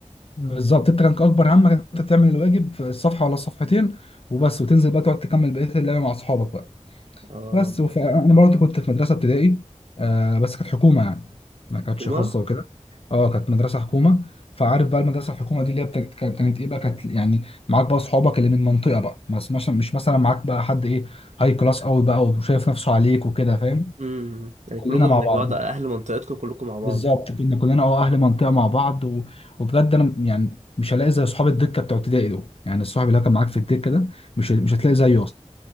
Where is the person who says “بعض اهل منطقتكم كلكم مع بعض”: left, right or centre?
Right